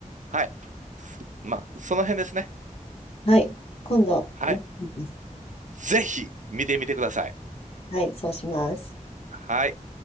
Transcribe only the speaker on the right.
はい。まあ、その辺ですね。
はい。
ぜひ見てみてください。
はい。